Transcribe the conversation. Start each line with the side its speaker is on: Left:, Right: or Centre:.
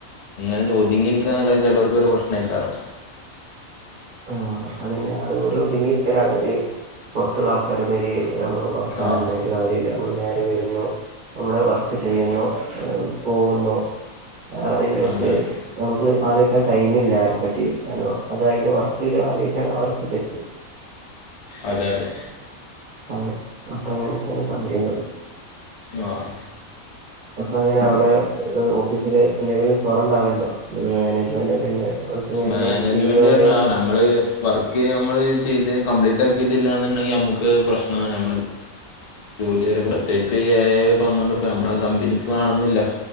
Left: ഇങ്ങനെ ഒതുങ്ങിയിരിക്കാന്നുള്ളെ ചെലോൽക്കൊരു പ്രശ്നയിക്കാരം.
Right: ആ അതെന്നെ അത് ഒരു ഒതുങ്ങിരിക്കലാണ് ഒര് പൊറ്ത്തുള്ള ആൾക്കാരോട് ഒര് നമ്മ വർത്താനല്ല
Left: ആഹ്
Right: ഒര് കാ ല്ല ഓര് നേരെ വരുന്നു നമ്മള വർക്ക് ചെയ്യുന്നു പോകുന്നു. അ അയിന്റടക്ക്
Left: അതെ അതെ
Right: നമുക്ക് ആലോയിക്കാൻ ടൈമില്ല ആരെ പറ്റിയും അത് അയിൻ്റെ വർ കിലാലോയിച്ച ഇങ്ങളവർക്ക് തെറ്റും.
Left: അതെ അതെ.
Right: അങ്ങ് അങ്ങനൊക്കേണ് കാര്യങ്ങൾ.
Left: ആഹ്
Right: അപ്പൊങ്ങനെ അവടെ അ്ഒ ന്ത്ച്ചല് എന്തെങ്കിലു ചൊറണ്ടാവലുണ്ടോ മാനേജ്മെന്റ് അല്ലെങ്കിൽ അ <unintelligible>
Left: മാനേജ്മെന്റ്
Right: സിഇഒ എന്തെങ്കിലു?
Left: പറഞ്ഞാ നമ്മള് വർക്ക് നമ്മള് ചെയ്ത് കംപ്ലീറ്റാക്കിയിട്ടില്ലന്നുണ്ടെങ്കി നമുക്ക് പ്രശ്നാണ് നമ്മള് ജോലി വരെ പ്രത്യേകി ഈ ഏ ഐ വന്നോണ്ട്പ്പോ നമ്മളെ കമ്പനിക്ക് വാണന്നില്ല.